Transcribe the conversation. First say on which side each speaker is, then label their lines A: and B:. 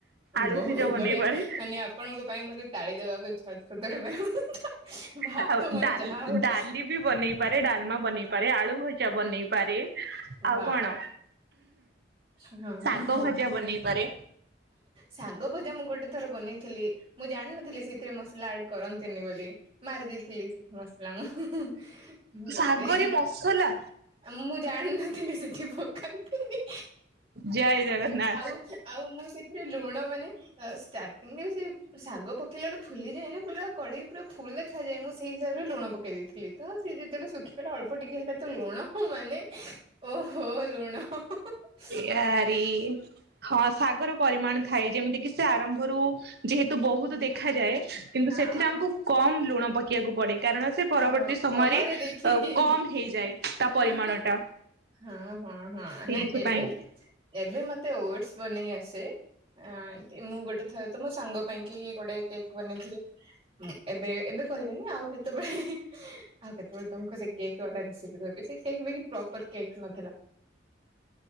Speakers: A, on the right (about 60°); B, on the right (about 30°).
A: ଆଳୁ
B: ବହୁତ୍
A: ସିଝା
B: ବଢିଆ
A: ବନେଇ ପାରେ।
B: ମାନେ ଆପଣଙ୍କ ପାଇଁ ମତେ ତାଳି ଦେବାକୁ ଇଛା ହଉଚି ସତରେ ମ୍ୟାଡମ୍ ଭାତ
A: ଆଉ
B: ମୋର
A: ଡାଲି
B: ଯାହା ହଉ
A: ଡାଲି ବି ବନେଇ ପାରେ ଡାଲମା ବନେଇ ପାରେ ଆଳୁ ଭଜା ବନେଇ ପାରେ ଆଉ
B: ୱାଓ
A: କଣ
B: ହଁ
A: ଶାଗ
B: ହଁ ହଁ
A: ଭଜା ବନେଇପାରେ।
B: ଶାଗ ଭଜା ମୁଁ ଗୋଟେ ଥର ବନେଇଥିଲି ମୁଁ ଜାଣିନଥିଲି ସେଇଥିରେ ମସଲା ଆଡ କରନ୍ତିନି ବୋଲି ମାର୍ ଦେଇଥିଲି ସେଠି ମସଲା ମୁଁ <inaudible> ବ
A: ଶାଗରେ
B: ସେ
A: ମସଲା
B: ଆ ମୁଁ ଜାଣିନଥିଲି ସେଠି ପକାନ୍ତିିନି।
A: ଜୟ ଜଗନ୍ନାଥ
B: ଆଉ ଆଉ ମୁଁ ସେଥିରେ ଲୁଣ ମାନେ ଷ୍ଟାର୍ଟିଂ ରେ ସେ ଶାଗ ପକେଇଲା ରୁ ଫୁଲିଯାଏ ନା ପୁରା କଡେଇ ପୁରା ଫୁଲ ଦେଖାଯାଏ ମୁଁ ସେଇ ହିସାବରେ ଲୁଣ ପକେଇ ଦେଇଥିଲି ତ ସିଏ ଯେତେବେଳେ ଶୁଖିଗଲା ଅଳ୍ପ ଟିକି ହେଲା ତ ଲୁଣ ମାନେ ଓହୋ ଲୁଣ ହଁ ହଁ ହଁ।
A: ୟାରି ହଁ ଶାଗର ପରିମାଣ ଥାଏ ଯେମିତି କିି ସେ ଆରମ୍ଭରୁ ଯେହେତୁ ବହୁତ ଦେଖାଯାଏ କିନ୍ତୁ
B: ହଁ
A: ସେଥିରେ
B: ହଁ
A: ଆମକୁ
B: ହଁ
A: କମ ଲୁଣ ପ ଶଖିବାକୁ ପଡେ କାରଣ ସେ ପରବର୍ତ୍ତୀ
B: ହଁ
A: ସମୟରେ
B: ପରେ
A: ଅ
B: ଦେଖିକି
A: କମ୍ ହେଇଯାଏ। ତା
B: <unintelligible>
A: ପରିମାଣ ଟା
B: ହଁ ହଁ ହଁ
A: ସେଇଥିପାଇଁ
B: ନାଇଁ ଏ ଏବେ ଏବେ ମତେ ଓଡ଼ସ ବନେଇ ଆସେ। ଅ ଏ ମୁଁ ଗୋଟେ ଥର ତ ମୋ ସାଙ୍ଗ ପାଇଁ କି ଗୋଟେ କେକ୍ ବନେଇଥିଲି। ଏବେ ଏବେ କହିବେନି ଆଉ କେତେବେଳେ ଆଉ କେତେବେଳେ ତମକୁ ସେ କେକ୍ ବାଲା ରେସି ସିପି କହିବି ସେ କେକ ବି ପ୍ରପର କେକ୍ ନଥିଲା।